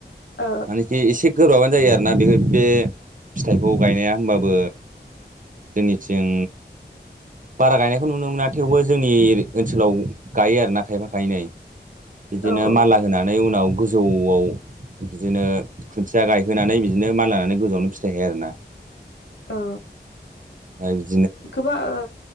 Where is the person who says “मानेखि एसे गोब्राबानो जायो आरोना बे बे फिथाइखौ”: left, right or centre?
Right